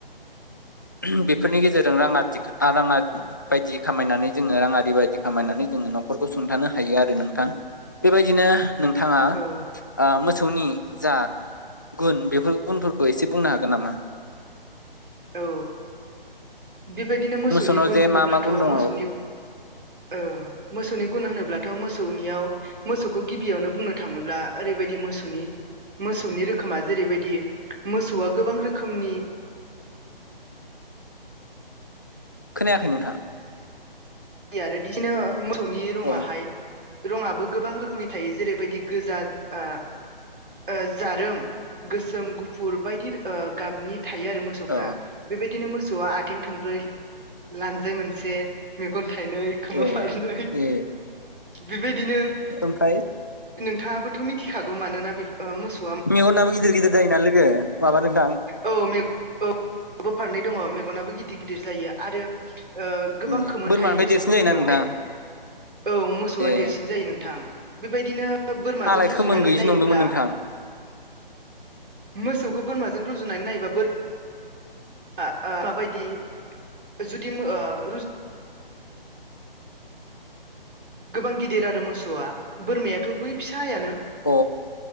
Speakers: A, on the left; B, on the right.
A: ओहोम बेफोरनि गेजेरजों
B: औ
A: राङादि राङा बायदि खामायनानै जोङो राङादि बायदि खामायनानै जोङो न'खरखौ सुंथानो हायो आरो नोंथां। बेबायदिनो नोंथाङा
B: औ
A: ओ मोसौनि जा गुन बेफोर गुबुनफोरखौ एसे बुंनो हागोन नामा?
B: औ बेबायदिनो मोसौनि
A: मोसौनाव
B: गुन
A: जे
B: होनोब्लाथ'
A: मा मा गुन दङ
B: मोसौनि औ मोसौनि गुन होनोब्लाथ' मोसौनियाव मोसौखौ गिबियावनो बुंनो थाङोब्ला ओरैबायदि मोसौ मोसौनि रोखोमा जेरैबायदि मोसौआ गोबां रोखोमनि
A: खोनायाखै नोंथां।
B: आरो बिदिनो मोसौनि रङाहाय
A: अ
B: रङाहाय गोबां रोखोमनि थायो। जेरैबायदि गोजा ओ। ओ जारोम गोसोम गुफुर बायदि ओ गाबनि थायो आरो मोसौफोरा।
A: औ
B: बेबायदिनो मोसौआ आथिं थोंब्रै, लानजाय मोनसे गन थाइनै खोमा
A: ए
B: फारनै
A: ए
B: बेबायदिनो
A: ओमफ्राय।
B: नोंथाङाबोथ' मिथिखागौ मानोना बे मोसौ
A: मेगनाबो गिदिर गिदिर जायोना लोगो माबा नोंथां।
B: औ मेग-औ आबोबो फारनै दङ मेगनाबो गिदिर गिदिर जायो आरो ओ गोबां
A: ए
B: खोमोन
A: बोरमानिफ्राय
B: थायो मोसौफोरनियावहाय।
A: देरसिन जायोना नोंथां
B: औ मोसौआ
A: ए
B: देरसिन जायो नोंथां। बेबायदिनो बोरमाजों
A: आंलाय
B: रुजुनानै
A: खोमोन गैयिसो
B: नायोब्ला
A: नंदोंमोन नोंथां
B: मोसौखौ बोराजों रुनानैनायोबा बोर <unintelligible> माबायदि जुदि ओ रु गोबां गिदिर आरो मोसौआ बोरमायाथ' बै फिसायानो
A: अ।